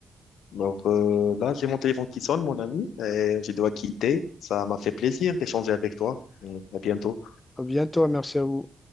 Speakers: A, on the left (about 85°); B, on the left (about 30°).
A: Alors euh, là, j'ai mon téléphone qui sonne, mon ami, et je dois quitter. Ça m'a fait plaisir d'échanger avec toi. Mm, À bientôt.
B: À bientôt, et merci à vous.